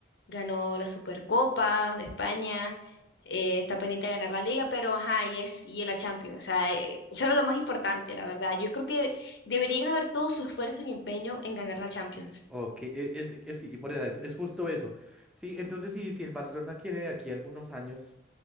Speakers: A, on the left; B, in the centre.
A: ganó la Supercopa de España, eh, está pendiente de ganar la Liga, pero ajá, y es y la Champions, o sea, eh, eso era lo más importante, la verdad. Yo creo que deberían haber todo su esfuerzo y empeño en ganar la Champions.
B: ok, e- es, es que y por edad, es, es justo eso. Sí, entonces, si, si el Barcelona quiere de aquí a algunos años,